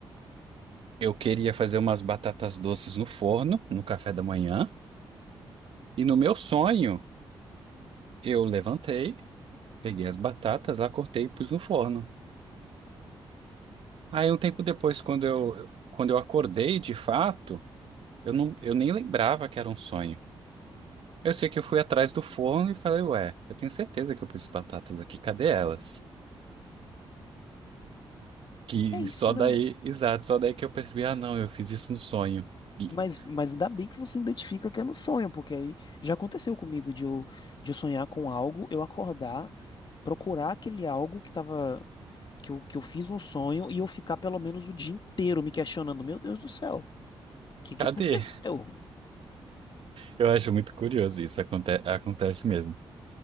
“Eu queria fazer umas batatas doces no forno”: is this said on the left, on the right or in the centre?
Right